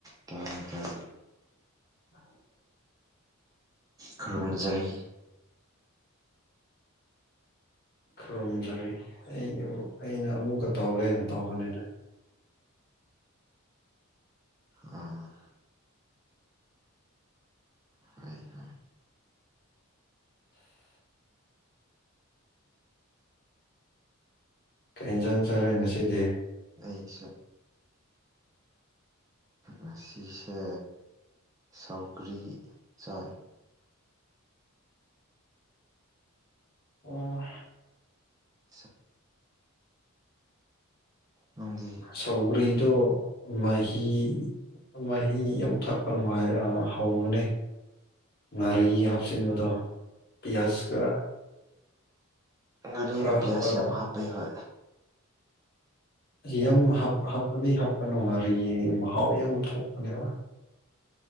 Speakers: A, on the right (about 15°); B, on the left (about 45°).
A: ꯇꯥꯏ ꯇꯥꯏ
B: <inaudible>
A: ꯈꯨꯔꯨꯝꯖꯔꯤ
B: ꯈꯨꯔꯨꯝꯖꯔꯤ ꯑꯩ ꯑꯩꯅ ꯑꯃꯨꯛꯀ ꯇꯧꯔꯒꯦꯅ ꯇꯧꯕꯅꯦꯗ
A: ꯎꯝ ꯍꯣꯏ ꯍꯣꯏ
B: ꯀꯔꯤ ꯏꯟꯖꯥꯡ ꯆꯔꯦ ꯉꯁꯤꯗꯤ
A: ꯑꯩꯁꯦ ꯉꯁꯤꯁꯦ ꯁꯧꯒ꯭ꯔꯤ ꯆꯥꯏ
B: ꯑꯣ
A: <inaudible> ꯅꯪꯗꯤ
B: ꯁꯧꯒ꯭ꯔꯤꯗꯣ ꯃꯍꯤ ꯃꯍꯤ ꯌꯥꯝ ꯊꯛꯄ ꯅꯨꯡꯉꯥꯏꯔ ꯍꯧꯕꯅꯦ ꯉꯥꯔꯤ ꯍꯥꯞꯆꯤꯟꯕꯗꯣ ꯄꯤꯌꯥꯖꯀ
A: ꯉꯥꯔꯤꯒ
B: ꯈꯔ
A: ꯄꯤꯌꯥꯁ
B: ꯍꯥꯞꯂꯒ
A: ꯌꯥꯝ ꯍꯥꯞꯄꯦ ꯍꯣꯏ
B: ꯌꯥꯝ ꯍꯥꯞ ꯍꯥꯞꯄꯗꯤ ꯍꯥꯞꯄꯀꯅꯨ ꯉꯥꯔꯤ ꯃꯍꯥꯎ ꯌꯥꯝ ꯊꯣꯛꯄꯅꯦꯕ